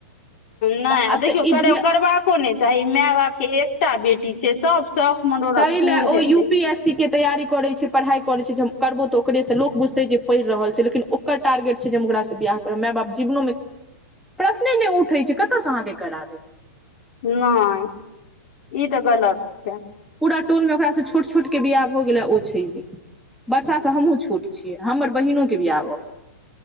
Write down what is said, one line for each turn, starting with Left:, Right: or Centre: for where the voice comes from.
Left: नहि
Centre: तऽ
Left: आ
Centre: आब
Left: देखियौ
Centre: तऽ ई धिया
Left: करबाको नहि चाही माय बापके एकटा बेटी छै सभ शौक मनोरथ
Centre: ताहि लए
Left: पूर
Centre: ओ
Left: हेतै
Centre: यू पी एस सी के तैयारी करैत छै पढ़ाइ करैत छै जे हम करबौ तऽ ओकरेसँ लोक बुझतै जे पढ़ि रहल छै लेकिन ओकर टारगेट छै जे हम ओकरासँ ब्याह करब माय बाप जीवनोमे प्रश्ने नहि उठै छै कतय से अहाँके करा दे
Left: नहि ई तऽ गलत छै
Centre: पूरा टोलमे ओकरासँ छोट छोटके बियाह भ हो गेलै ओ छैही वर्षासँ हमहुूँ छोट छियै हमर बहिनोके बियाह भ गेलै